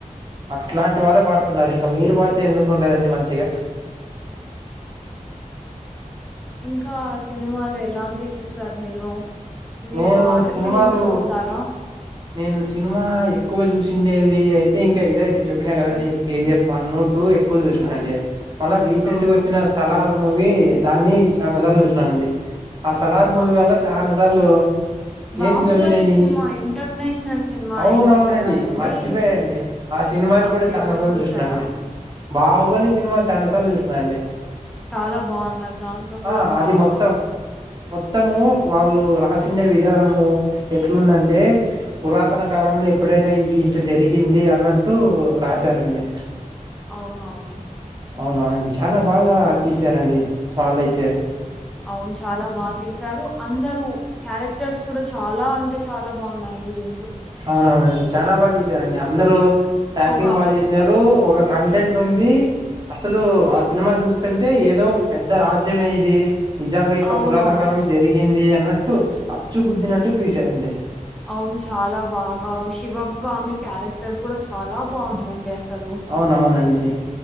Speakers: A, on the right (about 30°); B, in the centre.
A: అట్లాంటి
B: అవునవును
A: వాళ్ళే పాడుతున్నారు ఇంకా మీరు పడితే ఎందుకు ఉండదండి మంచిగా
B: ఇంకా సినిమాలు ఎలాంటివి చూస్తారు మీరు మీరు
A: నేను
B: హారర్
A: సినిమాలు
B: ఫిలిమ్స్ చూస్తారా
A: నేను సినిమా ఎక్కువ చూసిండేది అయితే ఇంకా ఇదే అండి చెప్పినా కదండి కేజీఎఫ్ వన్ టు ఎక్కువ చూసినాండి మళ్ళా రీసెంట్
B: ఆహా
A: గా వచ్చిన సలార్ మూవీ దాన్ని చాలాసార్లు చూసినాంమండి ఆ సలార్ మూవీ
B: ఆ
A: వాళ్ళ చాలా సరాళ్ళు హలో
B: బాహుబలి
A: ఏంది స్వామి నేను ఇంది
B: సినిమా ఇంటర్నేషనల్ సినిమా
A: అవునవునండి
B: అయింది కదా అండి
A: మర్చిపోయాండి ఆ సినిమాని
B: ఆ
A: కూడా
B: సినిమా
A: చాలా సార్లు
B: చూసారా
A: చూసాండి బాహుబలి సినిమా చాలా క చూసన్నాండి
B: చాలా బాగున్నారు దాంట్లో కూడా
A: ఆ
B: బాగా
A: అది మొత్తం మొత్తము వాళ్ళు కాసి విధానము ఎట్లుందంటే పురాతన కాలంలో ఎప్పుడైనా ఇది ఇటు జరిగింది అన్నట్టు రాశారండి
B: అవునవును
A: అవునా అండి చాలా బాగా తీసారండి వాళ్ళయితే
B: అవును చాలా బాగా తీసారు అందరుూ క్యారెక్ట టర్స్ కూడా చాలా అంటే చాలా బాగున్నాయియండి దీ
A: అవునవునండి చాలా బాగా తీసారండి అందరుూ యాక్టింగ్
B: ఒక
A: బాగా చేసినారు ఒక కంటెంట్ ఉంది అసలు ఆ సినిమా చూస్తుంటే ఏదో పెద్ద రాజ్యమే ఇది నిజంగా ఇట్లా
B: అవునవునండి.
A: పురాతన కాలం జరిగింది అన్న టు అచ్చు కుద్దినట్టు తీసారండి
B: అవును చాలా బాగా శివగామి క్యారెక్టర్ కూడా చాలా బావుందండి అసలు.
A: అవునవునండి